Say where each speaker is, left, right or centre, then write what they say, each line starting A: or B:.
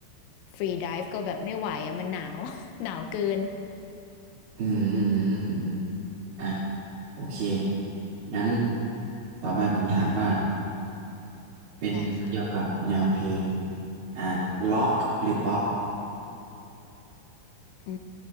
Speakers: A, on the left; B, on the right.
A: ฟรีไดฟ์ก็แบบไม่ไหวอะมันหนาว <laughs> หนาวเกิน
B: อืมอืมอืมอ่ะโอเคงั้นต่อไปผมถามว่าเป็นเกี่ยวกับแนวเพลง
A: ได้ค่ะ
B: อ่าล็อกหรือป๊อป
A: อื